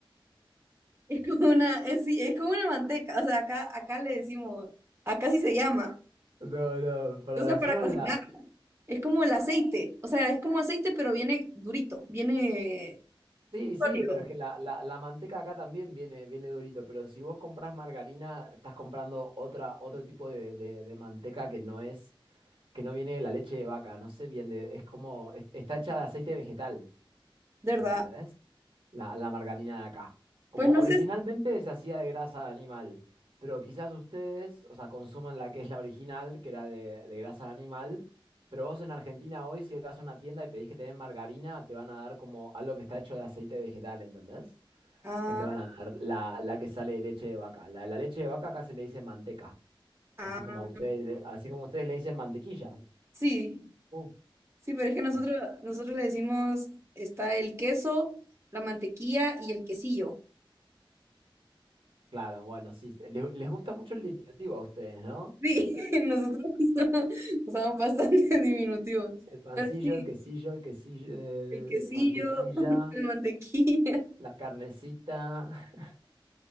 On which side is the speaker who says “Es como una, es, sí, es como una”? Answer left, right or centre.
Right